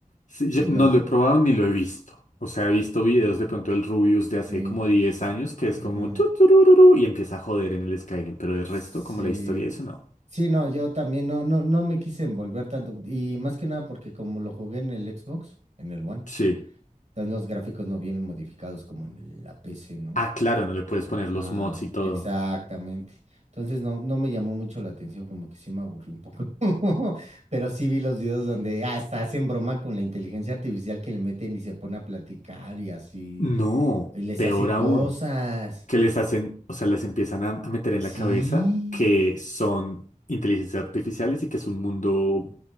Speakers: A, on the left; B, on the right.
A: Sí, yo
B: Y los...
A: no lo he probado ni lo he visto. O sea, he visto videos de pronto del Rubius de hace
B: Sí.
A: como diez
B: s-
A: años que es
B: Ajá.
A: como tu, turururu, y empieza a joder en el Skyrim, pero el
B: Sí.
A: resto, como la historia, eso no.
B: Sí, no, yo también no, no, no me quise envolver tanto. Y más que nada porque como lo jugué en el Xbox, en el One,
A: Sí.
B: entonces los gráficos no vienen modificados como en la PC, ¿no?
A: Ah, claro, no le puedes
B: Ajá,
A: poner los mods
B: e-
A: y todo.
B: exactamente. Entonces no, no me llamó mucho la atención, como que sí me aburrí un poco. <laughs> Pero sí vi los videos donde hasta hacen broma con la inteligencia artificial que le meten y se pone a platicar y así,
A: No,
B: y les
A: peor
B: hacen cosas.
A: aún, que les hacen, o sea, les empiezan a, a meter en
B: Sí,
A: la cabeza que son inteligencias artificiales y que es un mundo